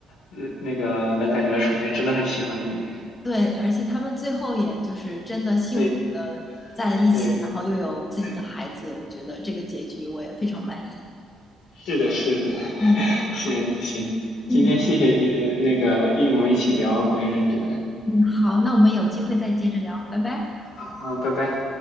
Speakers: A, on the left (about 80°); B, on the left (about 20°).
A: 呃，那个能感觉到雏田真的很喜欢鸣人。
B: 对，而且他们最后也就是真的幸福的在一起，
A: 对对
B: 然后又有自己的孩子，
A: 对。
B: 我觉得这个结局我也非常满意。
A: 是的，是的，
B: 嗯好，
A: <laughs> 行行，今天谢谢你那个，
B: 嗯
A: 因为我们一起聊《火影忍者》，
B: 嗯，好，那我们有机会再接着聊，拜拜。
A: 好啊，拜拜。